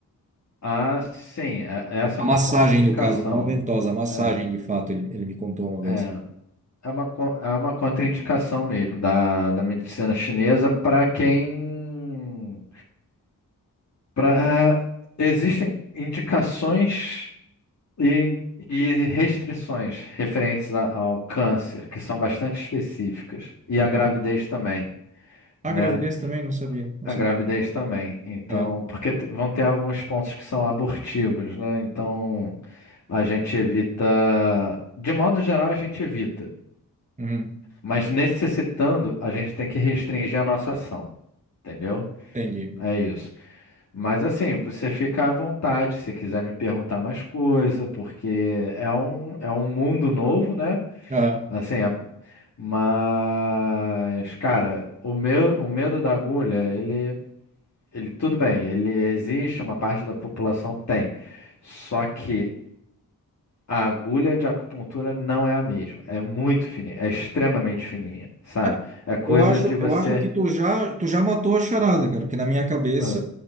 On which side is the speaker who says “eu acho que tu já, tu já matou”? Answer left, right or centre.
Right